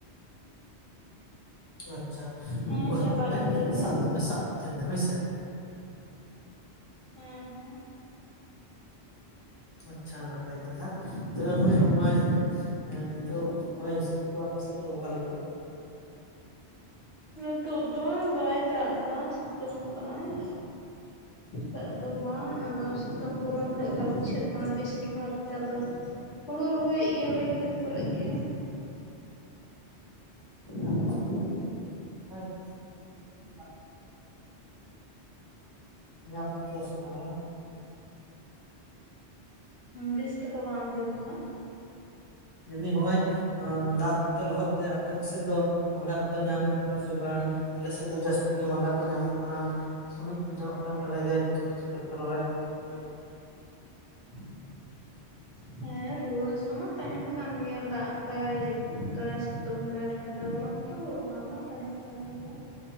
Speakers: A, on the left; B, on the left.
A: ᱚ ᱟᱪᱪᱷᱟ
B: ᱦᱮᱸ
A: ᱩᱱᱠᱩ ᱦᱟᱹᱠᱩ
B: ᱪᱟᱞᱟᱜ
A: ᱯᱮ
B: ᱜᱮᱭᱟᱞᱮ
A: ᱥᱟᱵ ᱫᱚᱯᱮ ᱥᱟᱵ ᱠᱚ ᱛᱟᱦᱮᱱ ᱜᱮᱭᱟ ᱦᱳᱭᱥᱮ?
B: ᱦᱮᱸ ᱦᱮᱸ
A: ᱟᱪᱷᱟ ᱱᱟᱯᱟᱭ ᱠᱟᱛᱷᱟ ᱛᱚᱵᱮ ᱢᱟᱹᱭ ᱱᱚᱜᱚᱭᱻ ᱱᱤᱛᱚᱜ ᱱᱚᱜᱼᱚᱭ ᱦᱚᱭ ᱦᱤᱥᱤᱜ ᱥᱤᱛᱩᱝ ᱫᱚ ᱚᱠᱟᱞ ᱞᱮᱠᱟᱻ?
B: ᱱᱤᱛᱳᱜ ᱫᱚ ᱵᱟᱭ ᱫᱟᱜ ᱮᱫᱟ ᱥᱤᱛᱩᱝ ᱠᱟᱜᱟᱭ᱾ ᱫᱟᱜ ᱫᱚ ᱵᱟᱝ ᱟᱫᱚ ᱥᱤᱛᱩᱝ ᱜᱚᱨᱚᱢ ᱜᱮ ᱠᱷᱟᱱ ᱵᱩᱡᱷᱟᱹᱜ ᱠᱟᱱᱟ ᱵᱮᱥᱤᱨ ᱵᱷᱟᱜᱽ ᱜᱮ ᱟᱫᱚ ᱦᱳᱲᱩ ᱨᱚᱦᱚᱭᱮᱫ ᱜᱮᱭᱟᱞᱮ ᱠᱷᱮᱛ ᱠᱚᱨᱮ ᱜᱮ
A: ᱟᱪᱪᱷᱟ <inaudible> ᱫᱚ ᱫᱟᱜ ᱧᱟᱢ ᱮᱫ ᱯᱮᱭᱟ ᱥᱮ ᱵᱟᱝ ᱦᱸ
B: ᱵᱤᱥ ᱜᱮᱛᱚ ᱵᱟᱝ ᱟᱸᱡᱚᱢ ᱞᱮᱱᱟ᱾
A: ᱢᱮᱱᱫᱟᱹᱧ ᱱᱚᱜᱚᱭ ᱫᱟᱜ ᱠᱚᱛᱮ ᱞᱚᱦᱚᱫ ᱛᱮ ᱟᱯᱮ ᱠᱩᱥᱮᱫ ᱫᱚ ᱢᱟᱸᱫᱟ ᱠᱚᱫᱚ ᱧᱟᱢᱮᱫ ᱠᱚᱣᱟ ᱥᱮ ᱵᱟᱝ ᱟᱞᱮ ᱥᱮᱫ ᱫᱚ ᱡᱟᱹᱥᱛᱤ ᱜᱮ ᱢᱟᱸᱫᱟ ᱠᱚ ᱧᱟᱢᱚᱜ ᱠᱟᱱᱟ᱾ ᱥᱩᱚᱢᱤᱡ ᱠᱚ ᱡᱚᱜ ᱠᱟᱱ ᱛᱟᱞᱮ ᱜᱮᱭᱟ ᱠᱤᱪᱷᱩ ᱠᱤᱪᱷᱩ ᱠᱷᱮᱛᱨᱮ ᱨᱮ᱾
B: <unintelligible> ᱦᱮᱸ ᱨᱩᱣᱟᱹ ᱦᱟᱹᱥᱩ ᱢᱟ ᱛᱟᱦᱮᱱ ᱠᱟᱱ ᱜᱮᱭᱟ ᱫᱟᱜ ᱫᱟᱭ ᱡᱟᱹᱯᱩᱜ ᱫᱟᱭ ᱾ ᱥᱤᱛᱩᱝ ᱫᱟᱭ ᱴᱷᱟᱱᱰᱟ ᱜᱚᱨᱚᱢ ᱛᱚ ᱚᱱᱟ ᱢᱟ ᱛᱟᱦᱮᱱ ᱠᱟᱱ ᱜᱮᱭᱟ,